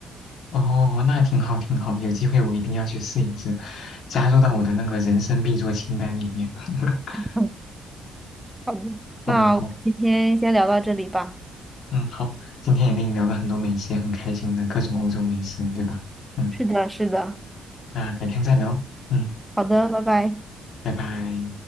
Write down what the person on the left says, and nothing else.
哦，那挺好，挺好，有机会我一定要去试一试，加入到我的那个人生必做清单里面。<laughs>
好好好，
嗯，好，今天也跟你聊了很多美食，也很开心的各种欧洲美食，对吧？嗯，
那改天再聊哦，嗯，
拜拜。